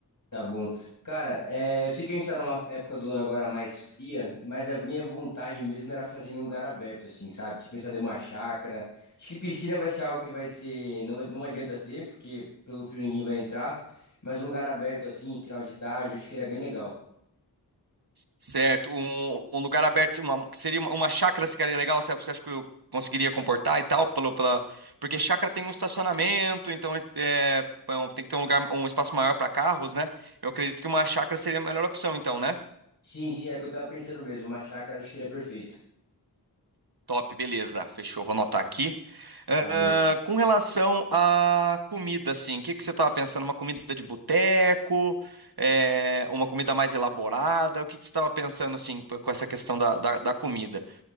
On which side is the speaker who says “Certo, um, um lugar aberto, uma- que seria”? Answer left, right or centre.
Right